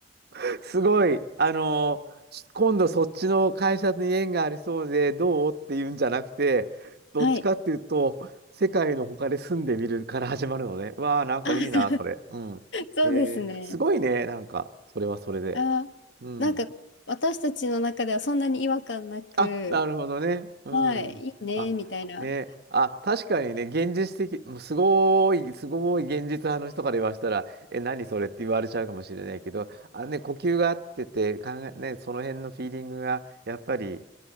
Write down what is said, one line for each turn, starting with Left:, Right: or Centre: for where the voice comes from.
Right: <laughs> すごい。あの、今度そっちの会社に縁がありそうでどうっていうんじゃなくて、どっちかっていうと、
Left: はい。
Right: 世界の他で住んでみるから始まるのね。わあ、なんかいいな、
Left: あ、
Right: それ。うん。
Left: そうですね。
Right: えーすごいね、なんか、それはそれで。
Left: あ、
Right: うん。
Left: なんか、私たちの中ではそんなに違和感なく、
Right: あ、なるほどね。うん。
Left: はい、いいね、
Right: あ、
Left: みたいな。
Right: ね。あ、確かにね、現実的、もうすごい、すごい現実派の人から言わせたら、え、何それって言われちゃうかもしれないけど、あね、呼吸が合ってて、考え、ね、その辺のフィーリングが、やっぱり